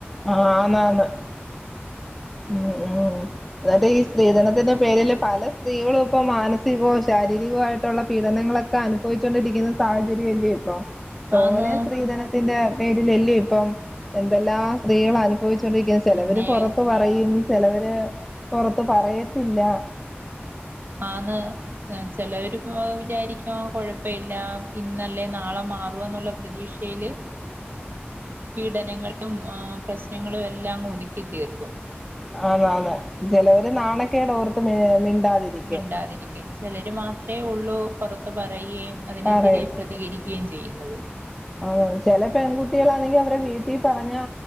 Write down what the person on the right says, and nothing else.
ആന്ന്
പിന്നെ
ആന്ന് ചിലവരിപ്പൊ വിചാരിക്കോ കൊഴപ്പല്ല ഇന്നല്ലേ നാളെ മാറോന്നുള്ള പ്രതീക്ഷയില് പീഡനങ്ങളും പ്രശ്നങ്ങളും എല്ലാം ഒതുക്കി തീർക്കും
മിണ്ടാതിരിക്കും ചിലര് മാത്രേ ഉള്ളൂ പുറത്ത് പറയുകയും അതിനെതിരെ
പ്രതികരിക്കുകയും ചെയ്യുന്നത്